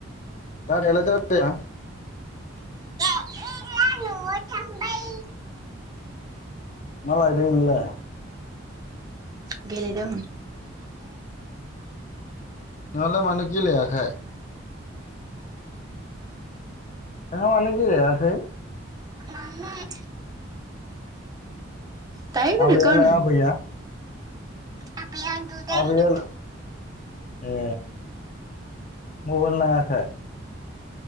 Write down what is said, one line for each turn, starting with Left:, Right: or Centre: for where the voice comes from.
Left: दादायालाय दादाया
Right: गैला नआव थांबाय।
Left: मा लायदों नोंलाय?
Right: गेलेदों।
Left: नोंलाय मानो गेलेयाखोय? नोंहा मानो गेलेयाखोय?
Right: ओहो दायो गेलेगोन
Left: आबैयालाय आबैया?
Right: आफाया उन्दुदों
Left: आबैया
Right: होनदों
Left: ए मबाइल नायाखै?